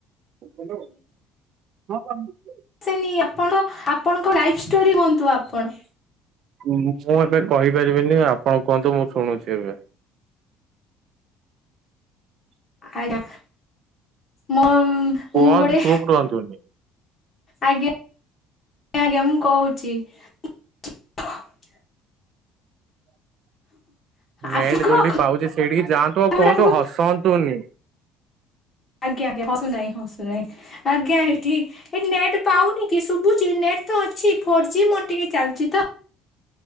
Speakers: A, on the right (about 55°); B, on the left (about 25°).
A: ହଁ <unintelligible>
B: ସେନି ଆପଣ ଆପଣଙ୍କ ଲାଇଫ୍ ଷ୍ଟୋରି କୁହନ୍ତୁ ଆପଣ।
A: ମୁଁ ତ ଏବେ କହିପାରିବିନି ଆପଣ କୁହନ୍ତୁ ମୁଁ ଶୁଭୁଚି ଏବେ?
B: ଆଜ୍ଞା ମୁଁ
A: କୁହନ୍ତୁ
B: ଗୋଟେ
A: ଚୁପ୍ ରୁହନ୍ତୁନି।
B: ଆଜ୍ଞା ଆଜ୍ଞା ମୁଁ କହୁଚି। <unintelligible>
A: <inaudible> ନେଟ୍
B: ଆପଣଙ୍କ
A: ଯୋଉଠି
B: କଥା
A: ପାଉଚି ସେଇଠିକି ଯାଆନ୍ତୁ ଆଉ
B: ଗୁଡା
A: କୁହନ୍ତୁ
B: ବହୁତ
A: ହସନ୍ତୁନି।
B: ଆଜ୍ଞା ଆଜ୍ଞା ହସୁ ନାହିଁ ହସୁ ନାହିଁ ଆଜ୍ଞା ଏଠି ଏଠି ନେଟ୍ ପାଉନି କି ଶୁଭୁଚି ନେଟ୍ ତ ଅଛି ଫୋର ଜି ମୋ ଟିକେ ଚାଲିଚି ତ